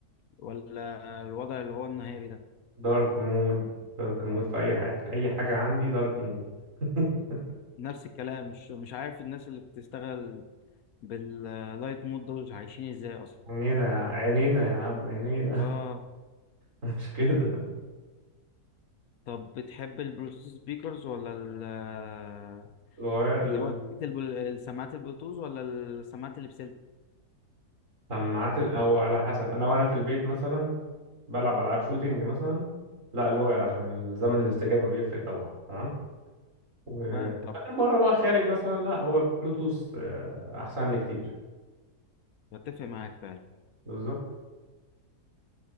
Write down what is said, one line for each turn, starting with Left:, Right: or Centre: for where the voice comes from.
Left: ولا الوضع اللي هو النهاري ده
Right: دارك مود دارك مود في اي حاجه اي حاجه عندي دارك مود <laughs>
Left: نفس الكلام مش مش عارف الناس اللي بتشتغل باللايت مود دول عايشين ازاي اصلا
Right: عينينا يا- عينينا يا عم عينينا
Left: اه
Right: <laughs> مش كده
Left: طب بتحب البلوتوث سبيكرز ولا ال- آه،
Right: الواير
Left: اللي هو الب- السماعات البلوتوث ولا السماعات اللي بسلك
Right: السماعات ال- او على حسب انا لو انا في البيت مثلا بلعب العاب شوتينج مثلا لا الواير عشان زمن الاستجابه بيفرق طبعا تمام و...
Left: فاهم طب
Right: لكن بره بقى خارج مثلا لا هو بلوتوث آه، احسن لي كتير
Left: بتفق معاك فعلا
Right: بالظبط